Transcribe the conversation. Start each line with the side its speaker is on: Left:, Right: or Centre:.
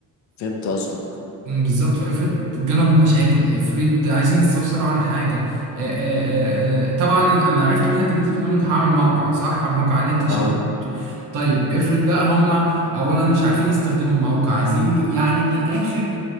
Left: فهمت قصدك
Right: مم، بالظبط فافرض جالهم مشاكل افرض عايزين يستفسروا عن حاجه آه، آه، آه، آه، طبعا انا عرفت منك ان انت بتقول لي ممكن هعمل موقع صح على موقع على النت عشان
Left: آه
Right: طيب افرض بقى هم اولا مش عارفين يستخدموا الموقع عايزين يعني من الاخر